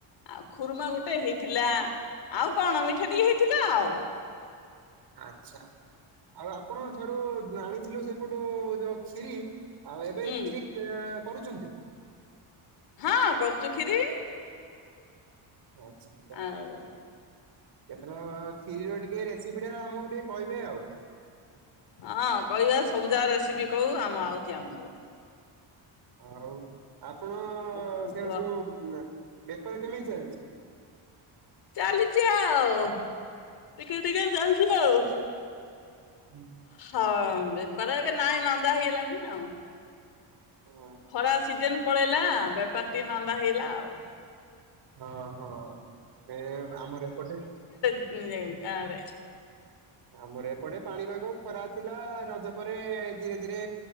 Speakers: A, on the left (about 60°); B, on the right (about 55°).
A: ଆଉ ଖୁର୍ମା ଗୋଟେ ହେଇଥିଲା ଆଉ କଣ ମିଠା ଟିକେ ହେଇଥିଲା ଆଉ।
B: ଆଚ୍ଛା ଆଉ ଆପଣ ଠାରୁ ଆଣିଥିଲୁ ସେପଟୁ ଯୋଉ କ୍ଷୀରି। ଆଉ ଏବେ
A: ହୁଁ
B: କ୍ଷୀରି କରୁଛନ୍ତି।
A: ହଁ କରୁଛୁ କ୍ଷୀରି।
B: ଆଚ୍ଛା ଆଛା
A: ଆଉ
B: କେତେବେ କ୍ଷୀରୀର ଟିକେରେ ସେପିଟା ଆମକୁ ଟିକେ କହିବେ ଆଉ।
A: ହଁ କହିବା ସବୁ ଯା ରେସିପି କହୁ ଆମ ଆଉଛି ଆମକୁ।
B: ଆଉ ଆପଣ
A: ଆଉ କଣ
B: ସେ
A: କୁହ
B: ସବୁ ବେପାର କେମିତି ଚାଲିଛି?
A: ଚାଲିଛି ଆଉ ଟିକେ ଟିକେ ଚାଲିଛି ଆଉ।
B: ହୁଁ।
A: ହଁ ବେପାର ଏବେ ନାଇଁ ମାନ୍ଦା ହେଇଗଲାଣି ଆଉ।
B: ହଁ।
A: ଖରା ସିଜନ ପଳେଇଲା ବେପାର ଟିକେ ମାନ୍ଦା ହେଇଲା ଆଉ
B: ହଁ ହଁ ମିଳି ଆମ ଏପଟେ
A: ମିଳେ ଟାବେ
B: ଆମର ଏପଟେ ପାଣିପାଗ ଖରା ଥିଲା ରଜ ପରେ ଧୀରେ ଧୀରେ